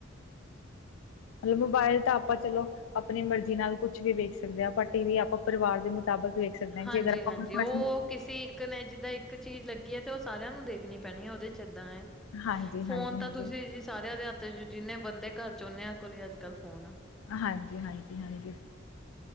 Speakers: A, on the left (about 85°); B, in the centre.
A: ਮਤਲਬ ਮੋਬਾਇਲ ਤਾਂ ਆਪਾਂ ਚਲੋ ਆਪਣੀ ਮਰਜ਼ੀ ਨਾਲ ਕੁੱਛ ਵੀ ਵੇਖ ਸਕਦੇ ਹਾਂ, ਪਰ ਟੀ ਵੀ ਆਪਾਂ ਪਰਿਵਾਰ ਦੇ ਮੁਤਾਬਕ ਵੇਖ ਸਕਦੇ ਹਾਂ
B: ਹਾਂਜੀ-ਹਾਂਜੀ
A: ਜੇ ਅਗਰ ਆਪਾਂ ਆਪਣੀ
B: ਉਹ ਕਿਸੇ ਇੱਕ ਨੇ ਜਿੱਦਾਂ ਇੱਕ ਚੀਜ਼ ਲੱਗੀ ਹੈ ਤੇ ਉਹ ਸਾਰਿਆਂ ਨੂੰ ਦੇਖਣੀ ਪੈਣੀ ਹੈ, ਉਹਦੇ ਚ ਏਦਾਂ ਏ
A: ਹਾਂਜੀ,
B: ਫੋਨ
A: ਹਾਂਜੀ, ਹਾਂਜੀ,
B: ਤਾਂ ਤੁਸੀਂ ਸਾਰਿਆਂ ਦੇ ਹੱਥ ਚ ਜਿੰਨੇ ਬੰਦੇ ਘਰ ਚ ੳਨੇਆ ਕੋਲ ਅੱਜ ਕੱਲ ਫੋਨ ਆ।
A: ਹਾਂਜੀ-ਹਾਂਜੀ-ਹਾਂਜੀ।